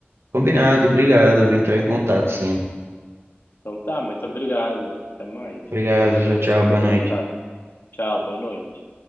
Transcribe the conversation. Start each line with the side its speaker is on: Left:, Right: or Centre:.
Right: Combinado, obrigado. Eu vou entrar em contato, sim.
Left: Então tá, muito obrigado. Até mais.
Right: Obrigado,
Left: Nós agradecemos
Right: tchau, tchau, boa
Left: seu
Right: noite.
Left: contato. Tchau, boa noite.